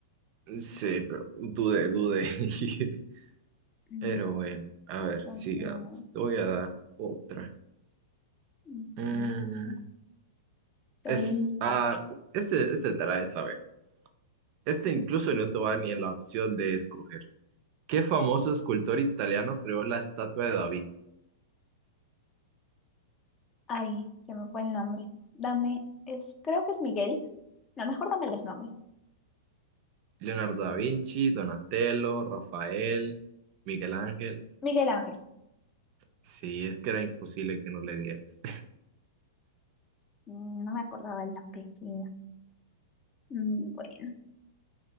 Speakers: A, on the right (about 45°); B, on the left (about 25°).
A: Sí, pero dudé, dudé. <laughs>
B: Mm,
A: Pero bueno, a ver,
B: Entonces,
A: sigamos.
B: no,
A: Te voy a dar otra.
B: aquí
A: Mm,
B: está, sí. Estoy
A: es,
B: lista.
A: ah, este, este te la de saber. Este incluso no te va a dar ni la opción de escoger. ¿Qué famoso escultor italiano creó la estatua de David?
B: Ay, se me fue el nombre. Dame, es, creo que es Miguel. No, mejor dame los nombres.
A: Leonardo da Vinci, Donatello, Rafael, Miguel Ángel.
B: Miguel Ángel.
A: Sí, es que era imposible que no le dieras.
B: Mm, No me acordaba el apellido. Mm, Bueno,